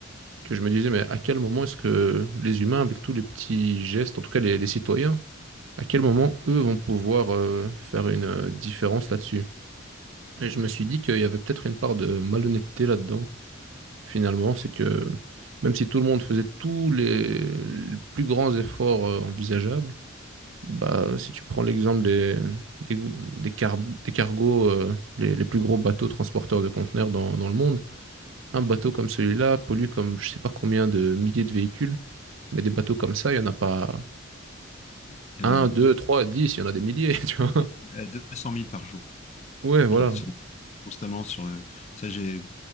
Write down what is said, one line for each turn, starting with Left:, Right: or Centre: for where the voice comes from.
Right: que je me disais, mais à quel moment est-ce que les humains, avec tous les petits gestes, en tout cas les, les citoyens, à quel moment eux vont pouvoir euh, faire une euh, différence là-dessus? Et je me suis dit qu'il y avait peut-être une part de malhonnêteté là-dedans. finalement, c'est que même si tout le monde faisait tous les, les plus grands efforts euh, envisageables, bah, si tu prends l'exemple des, des, des, car- des cargos, euh, les, les plus gros bateaux transporteurs de conteneurs dans, dans le monde, un bateau comme celui-là pollue comme je sais pas combien de milliers de véhicules, mais des bateaux comme ça, il n'y en a pas
Left: Il y
Right: un,
Left: en a
Right: deux, trois, dix, il y en a des milliers, <laughs> tu vois.
Left: 200 deux cent mille par jour
Right: Ouais, voilà.
Left: qui sont constamment sur le... Ça, j'ai,